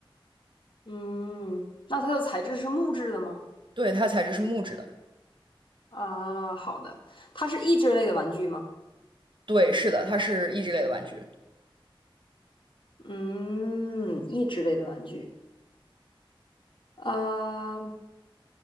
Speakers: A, on the left (about 65°); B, on the right (about 60°).
A: 嗯，那它的材质是木质的吗？
B: 对，它材质是木质的。
A: 啊，好的，它是益智类的玩具吗？
B: 对，是的，它是益智类的玩具。
A: 嗯，益智类的玩具。啊，